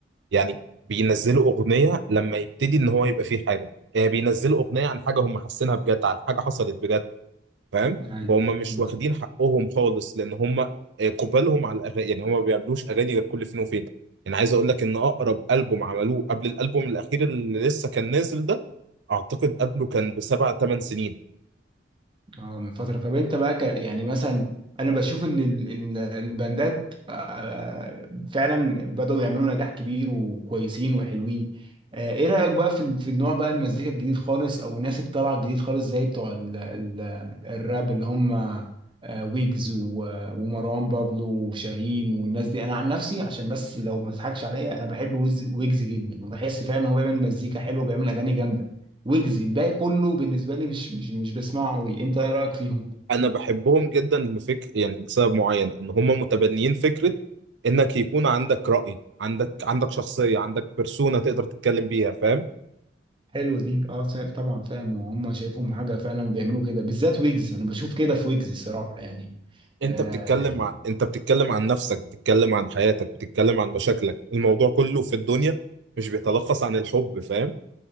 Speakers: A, on the right; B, on the right.
A: يعني بينزلوا اغنية لما يبتدي ان هو يبقى فيه حاجة يعني بينزلوا اغنية عن حاجة هم حاسينها بجد عن حاجة حصلت بجد فاهم
B: أيوة
A: فهم مش واخدين حقهم خالص لان هم آه، قبالهم على الاغاني يعني هم ما بيعملوش اغاني غير كل فين وفين يعني عايز اقول لك ان اقرب البوم عملوه قبل الالبوم الاخير اللي لسه كان نازل ده اعتقد قبله كان بسبع ثمان سنين
B: اه من فترة طب انت بقى كان يعني مثلا انا بشوف ان ال- ال- الباندات آه، فعلا بدأوا يعملوا نجاح كبير وكويسين وحلوين آه، ايه رأيك بقى في ال- في النوع بقى المزيكا الجديد خالص او الناس اللي طالعة الجديد خالص زي بتوع ال- ال- الراب اللي هم آه، ويجز و- ومروان بابلو وشاهين والناس دي انا عن نفسي عشان بس لو ما تضحكش عليا انا بحب ويز- ويجز جدا وبحس فعلا ان هو بيعمل مزيكا حلوه وبيعمل اغاني جامده ويجزي الباقي كله بالنسبه لي مش مش مش بسمعه قوي انت ايه رايك فيهم
A: انا بحبهم جدا لفكر يعني لسبب معين ان هم متبنيين فكره انك يكون عندك راي عندك عندك شخصيه عندك بيرسونا تقدر تتكلم بيها فاهم
B: حلو دي اه سا- طبعا فاهم وهم شايفهم حاجه فعلا بيعملوا كده بالذات ويجز انا بشوف كده في ويجز الصراحه يعني
A: انت
B: آه
A: بتتكلم عن انت بتتكلم عن نفسك بتتكلم عن حياتك بتتكلم عن مشاكلك الموضوع كله في الدنيا مش بيتلخص عن الحب فاهم